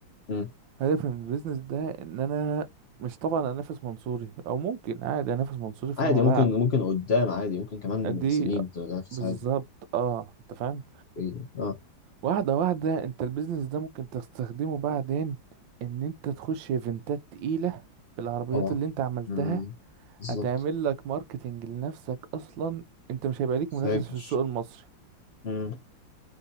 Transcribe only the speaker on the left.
مم.
عادي ممكن
ممكن قدام عادي ممكن كمان
سنين تنافس
عادي
إيه. اه
طبعا
مم. بالظبط
فاكر
مم.